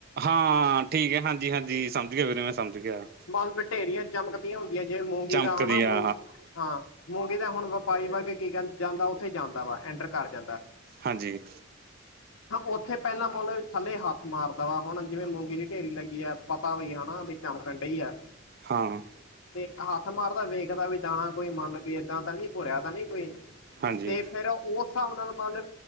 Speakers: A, on the right; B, on the left.
A: ਹਾਂ ਠੀਕ ਐ ਹਾਂਜੀ, ਹਾਂਜੀ ਸਮਝ ਗਿਆ ਵੀੇਰੇ ਮੈਂ ਸਮਝ ਗਿਆ।
B: ਬਲ ਫੇਰ ਟੇਰੀਆ ਚਮਕਦੀਆਂ ਹੁੰਦੀਆਂ ਜਿਵੇਂ ਮੂੰਗੀ
A: ਚਮਕਦੀ
B: ਦਾ ਹਨਾ ਮੂੰਗੀ,
A: ਆ
B: ਹਾਂ। ਮੂੰਗੀ ਦਾ ਹੁਣ ਵਪਾਈ ਵਾਗੇ ਕੀ ਕਰ ਜਾਂਦਾ ਓਥੇ ਜਾਂਦਾ ਵਾ ਐਂਟਰ ਕਰ ਜਾਂਦਾ।
A: ਹਾਂਜੀ।
B: ਓਥੇ ਪਹਿਲਾਂ ਮਤਲਬ ਥੱਲੇ ਹੱਥ ਮਾਰਦਾ ਵਾ ਹੁਣ ਜਿਵੇਂ ਮੂੰਗੀ ਦੀ ਢੇਰੀ ਲੱਗੀ ਆ ਪਤਾ ਬ‌ਈ ਹਨਾ ਚਮਕਨ ਡ‌ਈ ਆ।
A: ਹਾਂ।
B: ਤੇ ਹੱਥ ਮਾਰਦਾ ਵੇਖਦਾ ਵੀ ਦਾਣਾ ਕੋਈ ਮੰਨ ਲੋ ਵੀ ਏਦਾਂ ਤਾ ਨੀ ਭੁਰਿਆ ਤਾਂ ਨੀ ਕੋਈ।
A: ਹਾਂਜੀ
B: ਤੇ ਫੇਰ ਓ ਸਾਬ ਨਾਲ ਮੰਨ ਲਓ